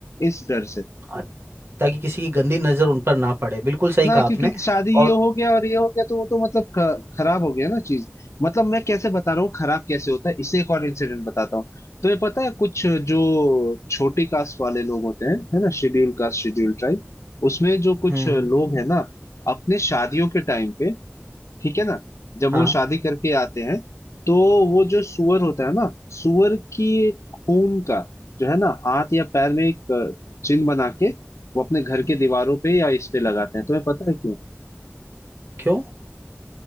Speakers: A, on the left (about 85°); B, on the right (about 60°).
A: इस डर से
B: हाँ, ताकि किसी की गंदी नजर उन पर ना पड़े बिल्कुल सही
A: ना
B: कहा
A: क्योंकि
B: आपने
A: शादी
B: और
A: ये हो गया और ये हो गया तो वो तो मतलब ख- खराब हो गया ना चीज मतलब मैं कैसे बता रहा हूँ खराब कैसे होता है इससे एक और इंसिडेंट बताता हूँ तो ये पता है कुछ जो छोटी कास्ट वाले लोग होते हैं है ना शेड्यूल कास्ट शेड्यूल ट्राइब उसमें जो कुछ
B: हम्म
A: लोग
B: हम्म,
A: हैं ना अपने शादियों के टाइम पे ठीक है ना जब वो
B: हाँ
A: शादी करके आते हैं तो वो जो सुअर होता है ना सुअर की खून का जो है ना हाथ या पैर में एक अ, चिन्ह बना के वो अपने घर के दीवारों पे या इस पे लगाते हैं तुम्हें पता है
B: क्यों